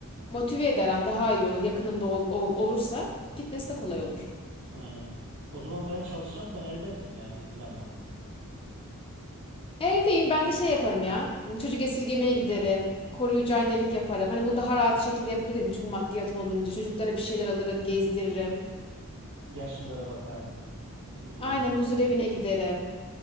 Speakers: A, on the left; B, on the right.
A: Motive ederim daha iyi olur. Yakınımda ol- ol- olursa gitmesi
B: Hı hı.
A: de kolay olur.
B: Aynen. O zaman ben çalışacağım. Sen evde misin yani bu planla?
A: Evdeyim ben de şey yaparım ya. Çocuk esirgemeye giderim. Koruyucu annelik yaparım. Hani bunu daha rahat şekilde yapabilirim çünkü maddiyatın olunca. Çocuklara bir şeyler alırım, gezdiririm.
B: Yaşlılara bakarsın. ilgilenirsin.
A: Aynen huzur evine giderim.